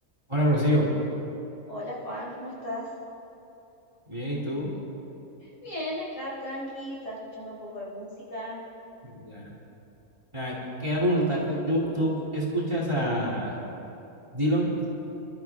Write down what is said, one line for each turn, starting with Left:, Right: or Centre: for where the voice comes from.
Right: Hola, Rocío.
Left: Hola Juan, ¿cómo estás?
Right: Bien, ¿y tú?
Left: Bien, acá tranqui, estaba escuchando un poco de música.
Right: Ya. Ah, quería preguntarte, ¿tú, tú escuchas a Dylan?